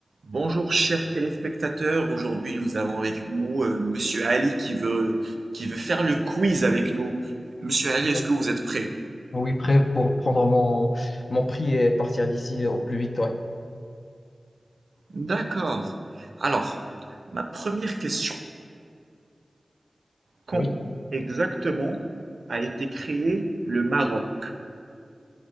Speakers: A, on the right; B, on the left.
A: Bonjour chers téléspectateurs, aujourd'hui nous avons avec nous euh, Monsieur Ali qui veut, qui veut faire le quiz avec nous. Monsieur Ali, est-ce
B: Oui,
A: que vous êtes prêt?
B: Oui, prêt pour prendre mon, mon prix et partir d'ici euh, au plus vite, ouais.
A: D'accord. Alors, ma première question. Quand
B: Oui.
A: exactement a été créé le Maroc?